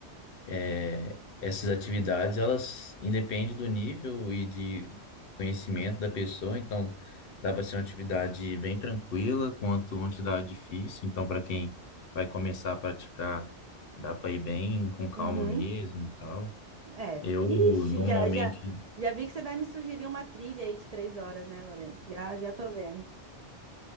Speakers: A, on the left; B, on the right.
A: é, essas atividades, elas independem do nível e de conhecimento da pessoa, então dá para ser uma atividade bem tranquila quanto uma atividade difícil. Então, para quem vai começar a praticar, dá para ir bem com calma
B: Uhum.
A: mesmo e tal.
B: É.
A: Eu
B: Ixi,
A: normalmente.
B: já, já, já vi que você vai me sugerir uma trilha aí de três horas, né, Lourenço? Já, já tô vendo.